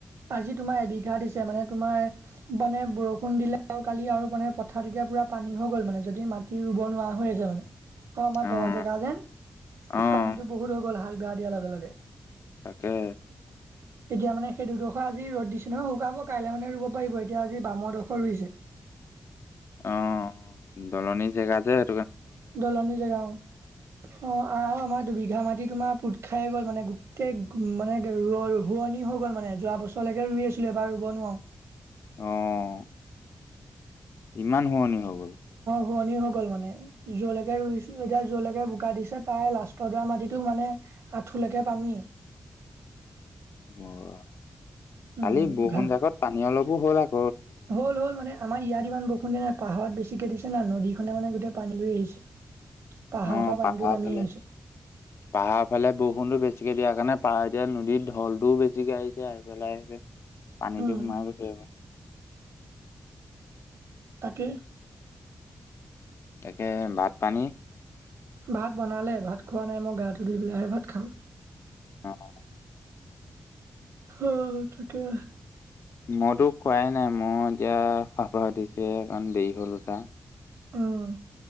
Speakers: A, on the right; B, on the left.
A: আজি তোমাৰ এবিঘা দিছে মানে তোমাৰ মানে বৰষুণ দিলে আৰু কালি আৰু মানে পথাৰত এতিয়া পুৰা পানী হৈ গ'ল মানে যদি মাটি ৰুব নোৱাৰা হৈ আছে মানে। অ', আমাৰ
B: অ',
A: দহ জেগা যেন
B: অ',
A: পানীতটো বহুত হৈ গ'ল হাল বেয়া দিয়াৰ লগে লগে।
B: তাকে।
A: তেতিয়া মানে সেই দুড খ আজি ৰ'দ দিছে নহয় শুকাব কাইলৈ মানে ৰুব পাৰিব এতিয়া আজি বামৰডোখৰ ৰুইছে।
B: অ', দলনি জেগা যে হে
A: দলনি জেগাও অ', আৰু আমাৰ দুবিঘা মাটিত তোমাৰ পোট খাই গ'ল মানে গোটেই মানে ৰ হোৱনি হৈ গ'ল মানে যোৱা বছৰলৈকে ৰুই আছিলে এবাৰ ৰুব নোৱাৰোঁ।
B: অ'। ইমান হোৱনী হৈ গ'ল।
A: হোৱনী হৈ গ'ল মানে যলৈকে ৰুইছোঁ এতিয়া যলৈকে বোকা দিছে তাই লাষ্টৰডৰা মাটিটো মানে আঁঠুলেকে পানী।
B: অ',
A: উম
B: কালি বৰষুণ
A: ঘাঁহ
B: জাকত পানী অলপো হ'ল আক
A: হল হ'ল মানে আমাৰ ইয়াত ইমান বৰষুণ দিয়া নাই পাহাৰত বেছিকে দিছে না, নদীখনে মানে গোটেই পানী লৈ আহিছে। পাহাৰৰ
B: অ',
A: পৰা পানীটো
B: পাহাৰ
A: নামি
B: ফালে,
A: আহিছে
B: পাহাৰ ফালে বৰষুণতো বেছি বেছিকে দিয়াৰ কাৰণে পাৰ এতিয়া নদীৰত ঢলটোও বেছিকে আহিছে আহি পেলাই আহি পাই পানী
A: উম
B: দি সোমাই গৈছে
A: তাকেই।
B: তাকে ভাত পানী?
A: ভাত বনালে, ভাত খোৱা নাই মই গাটো ধুই পেলাইাহে ভাত খাম।
B: অ'।
A: অ'তাকে।
B: মইতো খোৱাই নাই মোৰ এতিয়া <unintelligible> দিছে কাৰণ দেৰি উঠা।
A: উম।